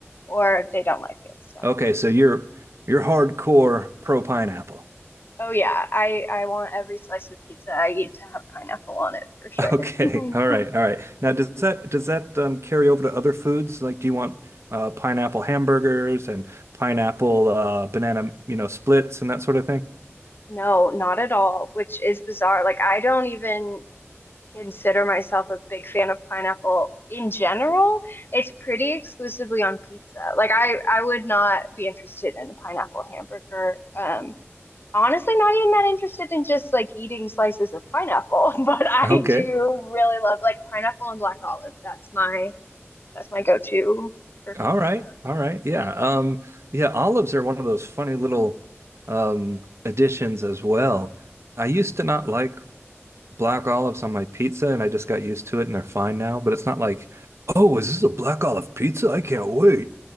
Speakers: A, on the left (about 50°); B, on the right (about 65°).
A: or they don't like it. So.
B: Okay, so you're you're hardcore pro pineapple. <laughs>
A: Oh yeah, I I want every slice of pizza I eat to have pineapple on it for sure.
B: Okay,
A: <laughs>
B: all right, all right. Now, does that does that um, carry over to other foods? Like, do you want uh, pineapple hamburgers and pineapple uh, banana, you know, splits and that sort of thing?
A: No, not at all, which is bizarre. Like I don't even consider myself a big fan of pineapple in general. It's pretty exclusively on pizza. Like I I would not be interested in a pineapple hamburger. Um honestly not even that interested in just like eating slices of pineapple, <laughs> but I
B: Okay,
A: do really love like pineapple and black olive. That's my That's my go-to for pizza.
B: all right, all right.
A: Mhm.
B: Yeah, um, yeah. Olives are one of those funny little um, additions as well. I used to not like black olives on my pizza and I just got used to it and they're fine now. But it's not like, oh, is this a black olive pizza? I can't wait.